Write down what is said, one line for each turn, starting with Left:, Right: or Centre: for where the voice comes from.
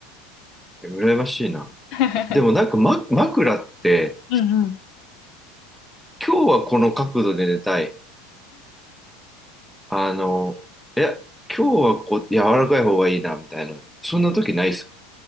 Centre: ー、羨ましいな。
Left: <laughs>
Centre: でもなんか、ま、枕って、
Left: うんうん。
Centre: 今日はこの角度で寝たい。あの、いや、今日はこう、柔らかい方がいいな、みたいな。そんな時ないっすか